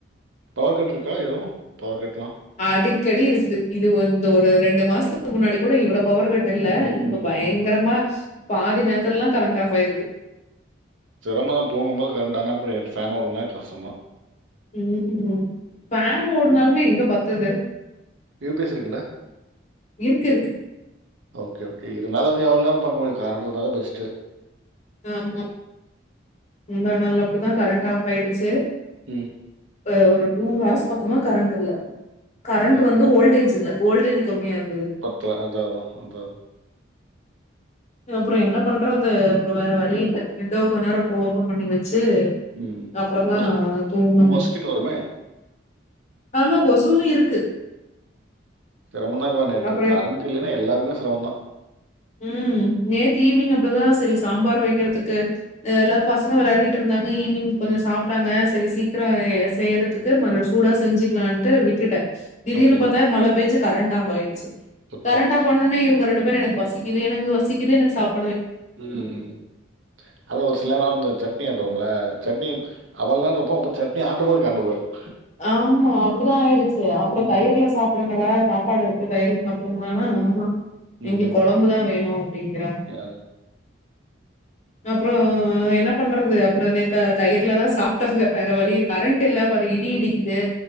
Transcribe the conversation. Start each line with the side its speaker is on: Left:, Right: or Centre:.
Right: பவர் கட்ருக் க எது பவர் கட்லா
Left: அடிக்கடி இருக்குது இது வந் இந்த ஒரு ரெண்டு மாசத்துக்கு முன்னாடி கூட இவ்ள பவர் கட் டெல்ல
Right: ம்.
Left: இப்ப பய்ங்கரமா
Right: ம்.
Left: பாதி நேரத்தல்லா கரண்ட் ஆஃப் ஆயிடுது
Right: சிரமதா தூங்கும்போது கரண்ட் ஆனா அப்புற எட் ஃபேன் ஓட்லனாவே கஷ்டந்தா
Left: உம் ஹு பேன் ஓடுனாலுமே எங்க பத் துது
Right: யூ பி எஸ் இருக்குல்ல
Left: இருக்கு, இருக்கு.
Right: ஓகே ஓகே இருந்தாலு அதய எவ்ள நேர பாக்க முடியு கரண்டு இருந்தாதா பெஸ்டு
Left: ஆமா முந்தாநாள் அப்டிதா கரண்ட் ஆஃப் ஆயிடுச்சு
Right: ம்
Left: அ ஒரு டூ ஹார்ஸ் பக்கமா கரண்ட் இல்ல கரண்ட்
Right: அப்புறம்
Left: வந்து வோல்டேஜ் இல்ல வோல்டேஜ் கம்மியாருந்தது
Right: பத்தல. அதான், அதான், அதான்.
Left: அப்ற என்ன பண்றது அப்ற வேற வழியில்ல வின்டோவ கொஞ் நேரோ அப் ஓப்பன் பண்ணி வெ ச்சு
Right: ம்.
Left: அப்பறந்தா
Right: கொசு
Left: தூங்கன்னே
Right: மஸ்கிட்டோ வருமே!
Left: ஆமா கொசுவு இருக்கு
Right: சிரமந்தா இப்ப நெட்
Left: அப்புறம்
Right: கரண்ட் இல்லினா எல்லார்குமே சிரமந்தா
Left: உம் நேத்து ஈவினிங் அப்டிதா செரி சாம்பார வெக்கிறதுக்கு அ எல்லா பசங்க வெளையாடிட்ருந்தாங்க ஈவினிங் கொஞ்ச சாப்ட்டாங்க செரி சீக்ர செய்யறதுக்கு மர சூடா செஞ்சுக்லான்ட்டு விட்டுட்டே திடீர்னு
Right: ஓகே.
Left: பாத்தா மழ பேஞ்சு கரண்ட் ஆஃப் ஆயிடுச்சு
Right: சுத்தம்.
Left: கரண்ட் ஆஃப் ஆனவொன்னே இவுங்க ரெண்டு பேரு எனக் பசிக்குது எனக்கு வசிக்குது எனக் சாப்
Right: உம் அத ஒரு சிலர் வந்து சட்னி ஆட்டவோம்ல சட்னி அவ்வள்நேருப்ப சட்னி ஆட்டும் போது கரண்டு போயிடும்
Left: ஆமா அப்படிதா ஆயிடுச்சு அப்பரோ
Right: ம்.
Left: தயிர்ல சாப்பிடுங்கடா சாப்பாடு இருக்கு தயிர்ல சாப்பிடுங்கடா னா ஆஹ
Right: ம்.
Left: இங்க குழம்புதா வேணு அப்படிங்கறாங்க
Right: ஆ.
Left: அப்ரோ என்ன பண்றது அப்ரோ நேத்த தயிர்லதா சாப்பிட்டாங்க வேற வழி கரண்ட் இல்லா மாரி நீடிக்குது